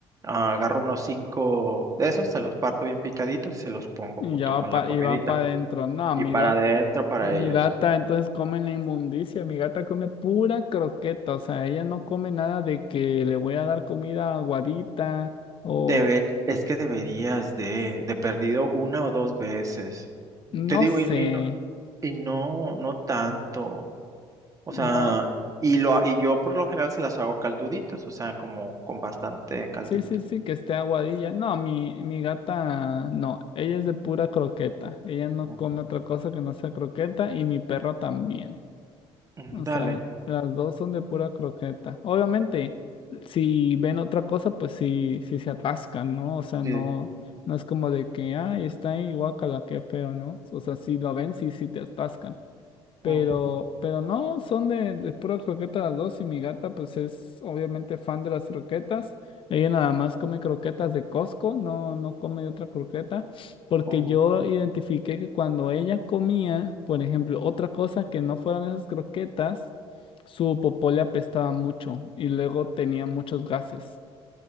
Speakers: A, on the right; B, on the left.
A: Ah, agarro unos cinco de esos, se los parto bien picaditos y se los pongo
B: y
A: junto
B: ya va
A: con
B: pa,
A: la comidita.
B: y va para adentro. No,
A: Y
B: mi
A: para
B: gata,
A: adentro para
B: mi
A: ellos.
B: gata entonces come la inmundicia. Mi gata come pura croqueta. O sea, ella no come nada de que le voy a dar comida aguadita o
A: Debe, es que deberías de, de perdido una o dos veces.
B: no
A: Te digo,
B: sé.
A: y, y no, y no, no tanto. O
B: No,
A: sea, y lo, y yo por lo general se las hago calduditos, o sea, como con bastante caldito.
B: sí, sí, sí, que esté aguadilla. No, mi, mi gata, no, ella es de pura croqueta. Ella no
A: Ujú.
B: come otra cosa que no sea croqueta y mi perro también.
A: Mm,
B: O
A: Dale.
B: sea, las dos son de pura croqueta. Obviamente, si ven otra cosa, pues sí, sí se atascan, ¿no? O sea, no,
A: Sí.
B: no es como de que, ay, está ahí, guácala, qué feo, ¿no? O sea, si lo ven, sí, sí te atascan. Pero,
A: Ujú,
B: pero no, son de, de pura croqueta las dos y mi gata pues es obviamente fan de las croquetas. Ella nada más come croquetas de Costco, no, no come de otra croqueta, porque
A: ujú.
B: yo identifiqué que cuando ella comía, por ejemplo, otra cosa que no fueran esas croquetas, su popó le apestaba mucho y luego tenía muchos gases.